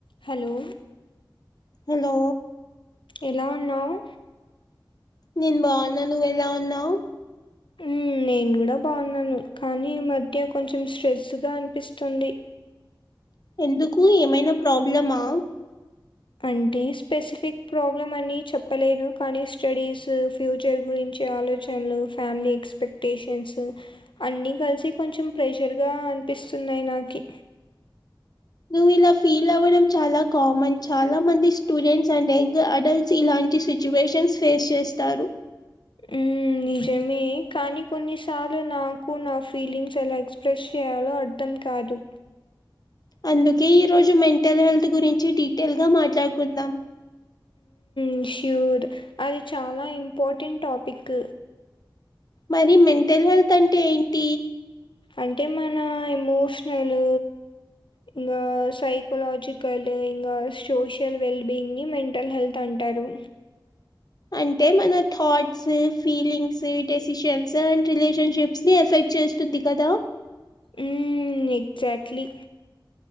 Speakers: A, on the left; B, on the left.
A: Hello
B: hello
A: ఎలా ఉన్నావు?
B: నేను బావున్నా నువ్వు ఎలా ఉన్నావు?
A: మ్మ్, నేను కూడా బావున్నాను కానీ ఈ మధ్య కొంచెం స్ట్రెస్గా అనిపిస్తుంది.
B: ఎందుకు ఏమైనా ప్రాబ్లమా?
A: కంటే స్పెసిఫిక్ ప్రాబ్లమ్ అని చెప్పలేను కానీ స్టడీస్ ఫ్యూచర్ గురిం చి ఆలోచనలు ఫ్యామిలీ ఎక్స్పెక్టేషన్స్ అన్ని కలిసి కొంచెం ప్రెషర్గా అనిపిస్తున్నాయి నాకి
B: నువ్వు ఇలా ఫీల్ అవ్వడం చాలా కామన్ చాలా మంది స్టూడెంట్స్ అండ్ యంగ్ అడల్ట్స్ ఇలాంటి సిచ్యువేషన్స్ ఫేస్ చేస్తారు.
A: ఆ నిజమే కానీ కొన్నిసార్లు నాకు నా ఫీలింగ్స్ ఎలా ఎక్స్ప్రెస్ చేయాలో అర్థం కాదు
B: అందుకే ఈ రోజు మెంటల్ హెల్త్ గురించి డీటెయిల్ గా మాట్లాడుకుందాం.
A: మ్ ష్యూర్ అది చాలా ఇంపార్టెంట్ టాపిక్
B: మరి మెంటల్ హెల్త్ అంటే ఏంటి?
A: అంటే మన ఎమోషనలు ఇంగా సైకలాజికల్ ఇంగా సోషల్ వెల్బియింగ్ని మెంటల్ హెల్త్ అంటార్ రు
B: అంటే మన thoughts feelings decisions and relationships ని ఎఫెక్ట్ చేస్తుంది కదా
A: ఉమ్ ఎగ్జాక్ట్లీ